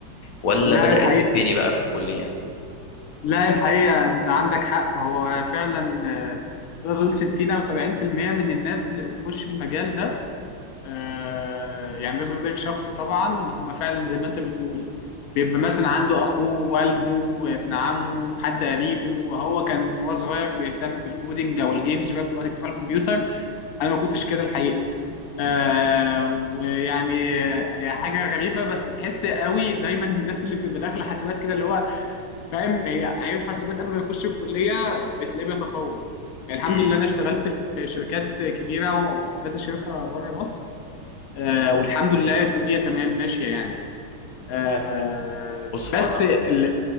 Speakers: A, on the left; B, on the left.
A: ولا
B: لا
A: بدات
B: الحقيقة
A: تتبني بقى في الكليه
B: لا الحقيقة أنت عندك حق هو فعلا آه، تقدر تقول 60 أو 70% من الناس اللي بتخش المجال ده آه، يعني ده تقدير شخص طبعا هم فعلا زي ما أنت بتقول بيبقى مثلا عنده أخوه والده ابن عمه حد قريبه وهو كان وهو صغير بيهتم بالكودينج أو الجيمز بيقعد وقت يكتب على الكمبيوتر أنا ما كنتش كده الحقيقة آه ويعني آه، هي حاجة غريبة بس تحس قوي دايما <laughs> الناس اللي بتبقى داخلة حاسبات كده اللي هو فاهم هي عيب حاسبات قبل ما يخش الكليه بتلاقيه بيتفوق يعني الحمد
A: امم
B: لله انا اشتغلت في شركات كبيره وفي كذا شركه بره مصر آه والحمد لله الدنيا تمام ماشيه يعني آه
A: بص
B: بس
A: هو انا
B: ال-